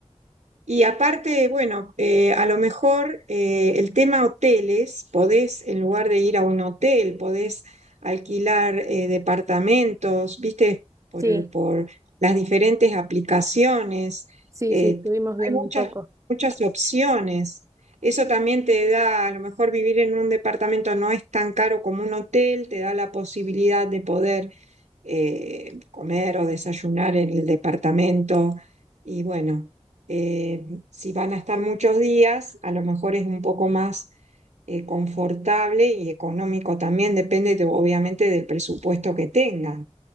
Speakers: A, on the right; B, on the right.
A: Y aparte, bueno, eh, a lo mejor eh, el tema hoteles, podés, en lugar de ir a un hotel, podés alquilar eh, departamentos, viste, por,
B: Sí,
A: por las diferentes aplicaciones.
B: sí,
A: eh,
B: sí, estuvimos viendo
A: hay muchas,
B: un poco.
A: muchas opciones. Eso también te da, a lo mejor vivir en un departamento no es tan caro como un hotel, te da la posibilidad de poder eh, comer o desayunar en el departamento. Y bueno, eh, si van a estar muchos días, a lo mejor es un poco más eh, confortable y económico también, depende de- obviamente del presupuesto que tengan.